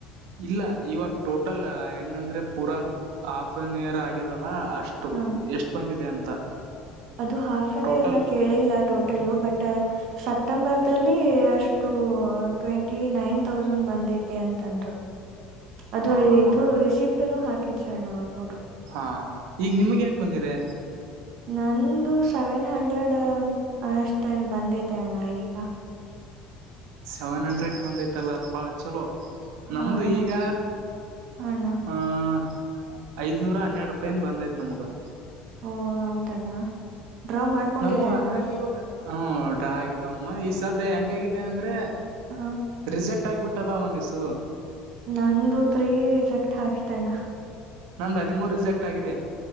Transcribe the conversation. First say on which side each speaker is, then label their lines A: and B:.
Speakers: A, on the right; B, on the right.
A: ಇಲ್ಲ ಇವಾಗ ಟೋಟಲ್ ಹೆಂಗಂದ್ರೆ ಪೂರಾ ಆಫ್ ಅನ್ ಇಯರ್ ಆಗ್ಯದಲ್ಲ ಅಷ್ಟು
B: ಹ
A: ಎಷ್ಟು ಬಂದಿದೆ ಅಂತ
B: ಅದು ಹಾಫ್ ಆನ್
A: ಟೋಟಲ್
B: ಇರ್ ನ ಕೇಳಿಲ್ಲ ಟೋಟಲ್ಲ ಬಟ್ ಸೆಪ್ಟಂಬರ್ದಲ್ಲಿ ಅಷ್ಟು ಟ್ವೆಂಟಿ ನೈನ್ ತೌಸಂಡ್ ಬಂದೈತೆ ಅಂತಂದರು ಅದು
A: ಹೌದಮ್ಮ
B: ಇದು ರಿಷಿಪ್್ಟ ಹಾಕಿದ್ರಣ ನ
A: ಹಾ ಈಗ ನಿಮ್ಗೆ ಟು ಬಂದಿದೆ
B: ನಂದು ಸೆವೆನ್ ಹಂಡ್ರೆಡ್ ಅಷ್ಟ ಬಂದಿದೆ ಅಣ್ಣ ಈಗ
A: ಸೆವೆನ್ ಹಂಡ್ರೆಡ್ ಬಂದೈತಲ್ಲಪ್ಪ ಚಲೋ
B: ಹಾ
A: ನಮ್ದು
B: ಅಣ್ಣ
A: ಈಗ
B: ಹಾ ಅಣ್ಣ
A: ಆಹ ಐದ್ನೂರ ಹನ್ನೆರಡು ರೂಪಾಯನ್ ಬಂದೈ್ತ್ ನಮ್ಗ
B: ಓ ಹೌದಣ್ಣ ಡ್ರಾ ಮಾಡ್ಕೊಂಡಿರಣ್ಣ
A: ನಮ್ಮ ಅದ್ರಲ್ಲಿ ಇವಾಗ ಹ್ಮ ಡ್ರಾ ಆಗಿದಾವಮ್ಮ ಈ ಸಧ್ಯ ಹೆಂಗಿದೆ ಅಂದ್ರೆ
B: ಹ
A: ರಿಸೆಕ್ಟ್ ಆಗಬಿಟ್ಟು ಕದ ಒಂದಿಸು
B: ನಂದುತ್ೀ ರರಿಜಕ್ಟ್ ಹಾಕಿದ್ದ್ಣ
A: ನ್ದು ಹದಿಮೂರು ಜೆಕ್ಟ್ ಆಗಿದೆ